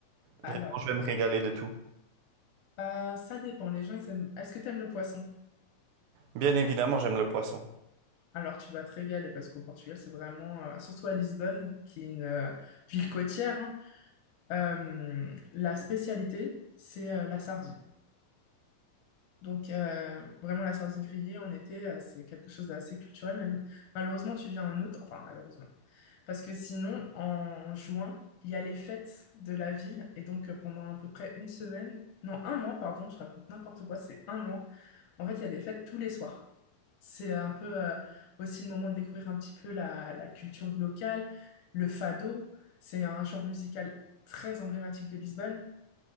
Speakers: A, on the left; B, on the right.
A: Alors,
B: vraiment je vais me régaler de tout?
A: euh, ça dépend. Les gens, ils aiment... Est-ce que tu aimes le poisson?
B: Bien évidemment, j'aime le poisson.
A: Alors, tu vas te régaler parce qu'au Portugal, c'est vraiment, euh, surtout à Lisbonne, qui est une euh, ville côtière, hein, euh, la spécialité, c'est euh, la sardine. Donc, euh, vraiment, la sardine grillée en été, euh, c'est quelque chose d'assez culturel. Même, malheureusement, tu viens en août, enfin, malheureusement. Parce que sinon, en, en juin, il y a les fêtes de la ville. Et donc, euh, pendant à peu près une semaine, non, un mois, pardon, je raconte n'importe quoi, c'est un mois. En fait, il y a des fêtes tous les soirs. C'est un peu euh, aussi le moment de découvrir un petit peu la, la culture locale. Le fado, c'est un genre musical très emblématique de Lisbonne.